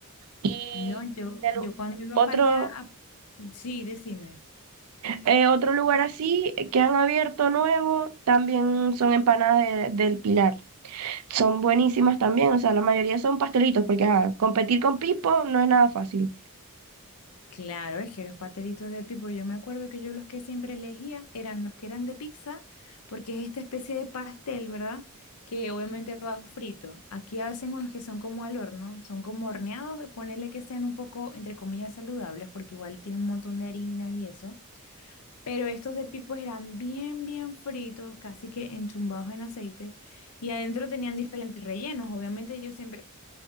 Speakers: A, on the right; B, on the left.
A: Y
B: No, yo,
A: de lu-
B: yo cuando iba
A: otro,
B: para allá, a- sí, decime.
A: eh, otro lugar así eh, que han abierto nuevo también son empanadas de- del Pilar. Son buenísimas también, o sea, la mayoría son pastelitos, porque ajá, competir con Pipo no es nada fácil.
B: Claro, es que los pastelitos de pipo, yo me acuerdo que yo los que siempre elegía eran los que eran de pizza, porque es esta especie de pastel, ¿verdad? Que obviamente va frito. Aquí hacen unos que son como al horno, son como horneados, ponerle que sean un poco, entre comillas, saludables, porque igual tiene un montón de harina y eso. Pero estos de pipo eran bien, bien fritos, casi que enchumbados en aceite, y adentro tenían diferentes rellenos. Obviamente yo siempre...